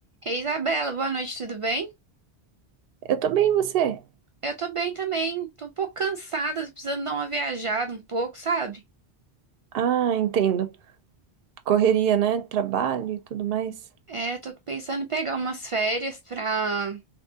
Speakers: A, on the right; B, on the right.
A: Ei, Isabela, boa noite, tudo bem?
B: Eu tô bem, e você?
A: Eu tô bem também. Tô um pouco cansada, tô precisando dar uma viajada um pouco, sabe?
B: Ah, entendo. Correria, né? Trabalho e tudo mais.
A: É, tô pensando em pegar umas férias pra